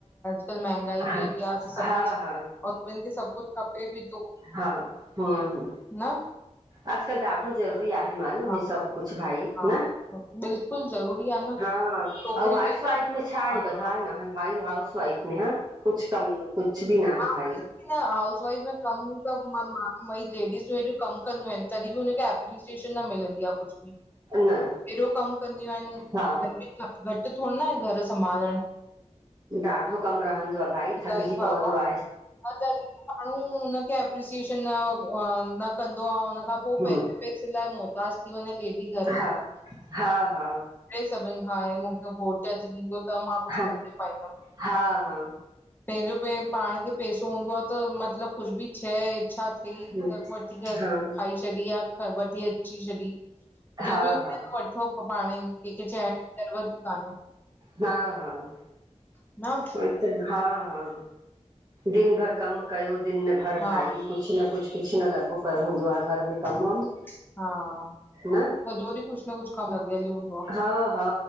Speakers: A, on the left (about 15°); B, on the right (about 35°).
A: अॼकल्ह महांगाई
B: हा
A: बि हेडी आहे त सभु कुझु
B: हा हा
A: औ सभिनि खे सभु कुझु खपे थो।
B: हा, हम- हम
A: न
B: अॼकल्ह ॾाढो ज़रूरी आहे मालूम
A: हा
B: ही सभु कुझु भाई,
A: हा
B: न?
A: बिल्कुलु ज़रूरी आ न
B: हा ऐं
A: छोकिरी
B: हाउस
A: पहिरीं
B: वाइफ में छा आहे
A: हा
B: बुधाय
A: हा
B: न? हाउस वाइफ म नेहा कुछ कम न कुझु बि आहे
A: मार
B: भाई
A: पाएस <inaudible> न हाउस वाइफ में कमु त मई लेडीसूं हेॾूं कमु कंदियूं आहिनि, तॾहिं बि हुनखे एप्रीसिएशन न मिलंदी आहे कुझु बि। अहिड़ो
B: न
A: कम कंदियूं आहिनि
B: हा
A: घ घटि थो न आहे घर संभालणु।
B: ॾाढो कमु रहंदो आ भाई
A: इलाही
B: थकिजी
A: बाबा
B: पवंदो
A: हा
B: आ
A: तॾहिं भी माण्हू हुनखे एप्रीसिएशन न- न कंदो आ, हुन खां पोइ
B: हूं
A: पैसे- पैसे लाइ मुहताज थी वञे लेडी घर
B: हा
A: में
B: हा हा
A: चै सभिनि खां आहे मुंहिंजो घोट अची ॾिदों त मां कुझु
B: हा
A: खरीदे पाईंदमि।
B: हा हा
A: पंहिंजो पे पाण खे पैसो हूंदो आ त मतलबु कुझु बि शइ इच्छा त
B: हूं
A: वठी कर
B: हा हा
A: खाई छॾी आ, वठी अची छॾी जो
B: हा
A: बि वणे
B: हा
A: थो वठो पाणे ई, कंहिंखे चण जी ज़रूरत ई कान्हे।
B: हा- हा
A: न
B: उविइ त, हा- हा दिन भर कम कयो, दिन भर भाई
A: हा
B: कुझु कुझु न कुझु, कुझु न लॻो पियो हूंदो आहे घर में कम
A: हा
B: वम
A: सॼो
B: न
A: डीह कुझ न कुझ कम लॻिय ई हूंदो आ।
B: हा हा